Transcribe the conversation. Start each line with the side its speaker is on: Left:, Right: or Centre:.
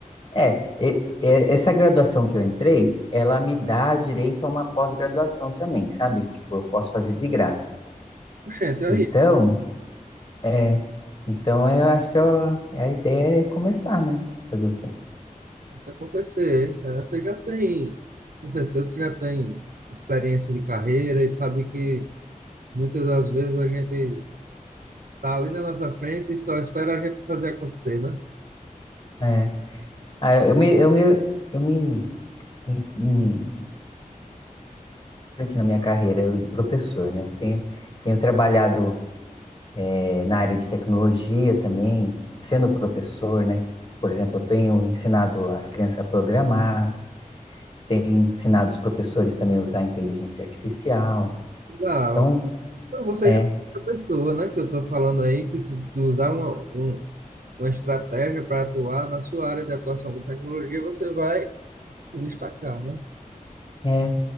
Left: É, e- e- essa graduação que eu entrei, ela me dá direito a uma pós-graduação também, sabe? Tipo, eu posso fazer de graça.
Right: Gente, aí,
Left: Então, é. Então eu acho que eu- a ideia é começar, né? Fazer o quê?
Right: mas se acontecer, né, você já tem, com certeza, você já tem experiência de carreira e sabe que muitas das vezes a gente Tá ali na nossa frente e só espera a gente fazer acontecer, né?
Left: É. Ah, eu me, eu me, eu me in- in- antes na minha carreira de professor, né? Eu tenho, tenho trabalhado eh, na área de tecnologia também, sendo professor, né? Por exemplo, eu tenho ensinado as crianças a programar, tenho ensinado os professores também a usar inteligência artificial.
Right: Legal.
Left: Então,
Right: Então você
Left: é,
Right: já é essa pessoa, né, que eu tô falando aí, que se tu usar uma, um- uma estratégia para atuar na sua área de atuação com tecnologia, você vai se destacar, né?
Left: é.